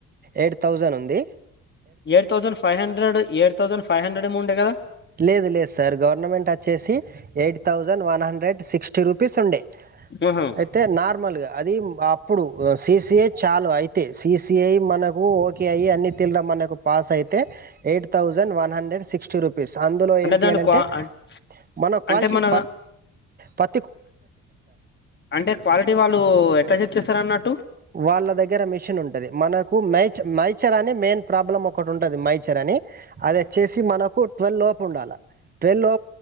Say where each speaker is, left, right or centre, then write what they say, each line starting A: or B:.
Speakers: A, on the right; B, on the left.
A: ఎయిట్ థౌజ థౌజండ్ ఉంది
B: eight thousand five hundred eight thousand five hundred amount ఎ కదా
A: లేదు సార్ గవర్నమెంట్ వచ్చేసి eight thousand one hundred sixty rupees ఉండే
B: ఆహా
A: అయితే నార్మల్ గా అది అప్పుడు సిసిఐ చాలు అయితే సిసిఐ మనకు ఓకే అయి అన్ని తలడం మనకు పాస్ అయితే eight thousand one hundred sixty rupees అందులో ఏంటి
B: దాని
A: అని అంటే
B: క్వా అం-
A: మన క్వాలిటీ
B: అంటే మన
A: ప్ర
B: అంటే క్వాలిటీ వాళ్ళు ఎట్లా చెక్ చేస్తారు అన్నట్టు
A: వాళ్ళ దగ్గర మిషన్ ఉంటది మనకు మైచ మైచర్ అని మెయిన్ ప్రాబ్లం ఒకటి ఉంటది మైచర్ అని అదిచ్చేసి మనకు ట్వెల్లోప ఉండాలి ట్వెల్ లో